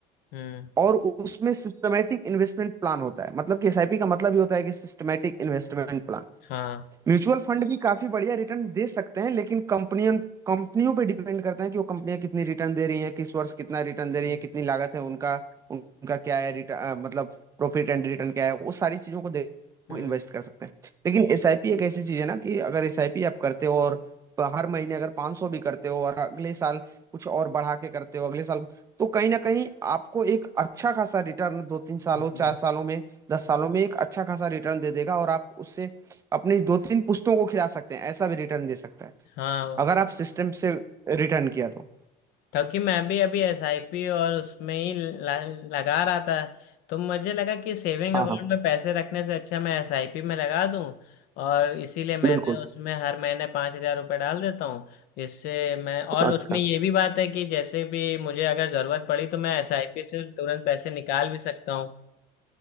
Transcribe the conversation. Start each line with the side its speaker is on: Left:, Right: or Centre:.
Left: हम्म,
Right: और उसमें सिस्टमेटिक इन्वेस्टमेंट प्लान होता है मतलब कि एसआईपी का मतलब ये होता है कि systematic investment plan
Left: हाँ
Right: Mutual fund भी काफी बढ़िया रिटर्न दे सकते हैं लेकिन कंपनियों कंपनियों पे डिपेंड करते हैं कि वो कंपनियां कितनी रिटर्न दे रही हैं किस वर्ष कितना रिटर्न दे रही
Left: हम्म
Right: हैं कितनी लागत है उनका उन- उनका क्या है रिटर्न मतलब प्रॉफिट एंड रिटर्न क्या है वो सारी चीजों को देख
Left: हम्म
Right: इन्वेस्ट कर सकते हैं लेकिन एसआईपी एक ऐसी चीज है ना कि अगर एसआईपी आप करते हो और प- हर महीने अगर 500 भी करते हो और अगले साल कुछ और बढ़ा के करते हो अगले साल तो कहीं ना कहीं आपको एक अच्छा खासा रिटर्न दो तीन सालों
Left: हम्म,
Right: चार सालों में दस सालों में एक अच्छा खासा रिटर्न दे देगा और आप उससे अपनी दो तीन पुश्तों को खिला सकते हैं ऐसा भी रिटर्न दे सकता है
Left: हाँ
Right: अगर आप सिस्टम से रिटर्न किया तो
Left: क्योंकि मैं भी अभी एसआईपी और उसमें ही ला- लगा रहा था तो मुझे लगा कि सेविंग
Right: हाँ
Left: अकाउंट
Right: हाँ
Left: में पैसे रखने से अच्छा मैं एसआईपी में लगा दूं और इसीलिए मैंने
Right: बिल्कुल
Left: उसमें हर महीने पाँच हजार रुपये डाल देता हूँ जिससे मैं और
Right: अच्छा
Left: उसमें ये भी बात है कि जैसे भी मुझे अगर ज़रूरत पड़ी तो मैं एसआईपी से तुरंत पैसे निकाल भी सकता हूँ